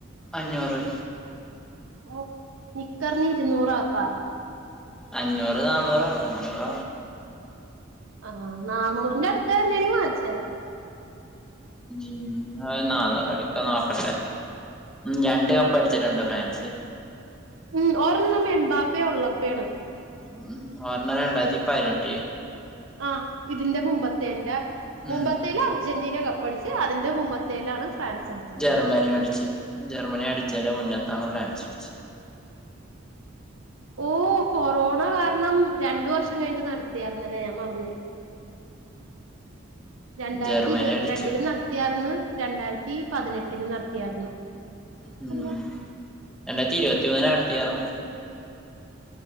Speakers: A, in the centre; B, on the right.
A: അഞ്ഞൂറ്
B: ഓ നിക്കറിന് ഇരുന്നൂറാപ്പാ
A: അഞ്ഞൂറ് നാന്നൂറ് ആകും നാന്നൂറ
B: ആഹ നാന്നൂറിന്റെ അടുത്ത് തന്നെയാണങ്കി വങ്ങിച്ച് തരാം
A: <unintelligible>
B: ഉം
A: പഠിച്ചിട്ടുണ്ടോ ഫ്രാൻസ്
B: ഉ ഓരെണ്ണം എമ്പാപ്പയ ഉള്ളപ്പയണ്
A: ഉ <unintelligible> രണ്ടായിരത്തി പതിനെട്ട്
B: ആ് ഇതിന്റെ മുമ്പത്തെന്റെ മുമ്പത്തൽ
A: ഉം
B: അർജന്റീന കപ്പട അതിന്റെ മുമ്പത്തേലാണ് ഫ്രാൻസ് അടിച്ചത്.
A: <unintelligible> അടിച്ച്. ജർമ്മനി അടിച്ചതിന്റെ മുന്നത്താണ് ഫ്രാൻസ് അടിച്ച്.
B: ഓ കൊറോണ കാരണം രണ്ട് വർഷം കഴിഞ്ഞിട്ട് നടത്തിയായിരുന്നല്ലേ, ഞാൻ മറന്നുപോയി. രണ്ടായിരത്തി
A: ജർമ്മനി
B: ഇരുപത്തിരണ്ടില്
A: അടിച്ചു
B: നട ത്തിയാർന്ന്. രണ്ടായിരത്തി പതിനെട്ടില് നടത്തിയാർന്ന്.
A: ഉം.
B: അല്ല
A: രണ്ടായിരത്തി ഇരുപത്തിമൂന്നില് നടത്തിയാർന്ന്.